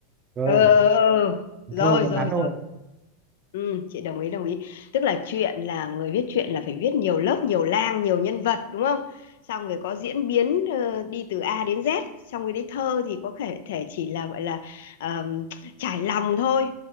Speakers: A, on the right; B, on the left.
A: cơ
B: ờ ờ, ờ. rồi
A: thơ nó
B: rồi
A: ngắn thôi
B: rồi ừ, chị đồng ý đồng ý tức là chuyện là người viết truyện là phải viết nhiều lớp nhiều lang nhiều nhân vật đúng không xong rồi có diễn biến ờ, đi từ A đến Z xong rồi đi thơ thì có thể thể chỉ là gọi là ờm, trải lòng thôi